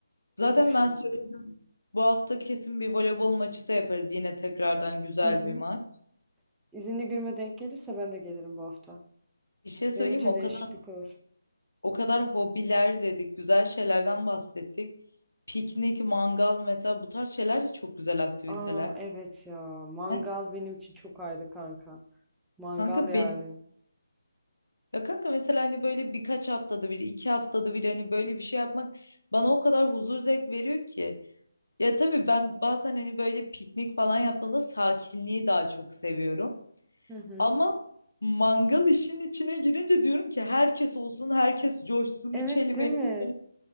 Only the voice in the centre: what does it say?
Nasıl bir şey
acaba?
Hı hı.
İzinli günüme denk gelirse ben de gelirim bu hafta.
Benim için
değişiklik
olur.
Aa evet ya. Mangal
benim için çok ayrı kanka. Mangal
yani.
Hı hı.
Evet
değil
mi?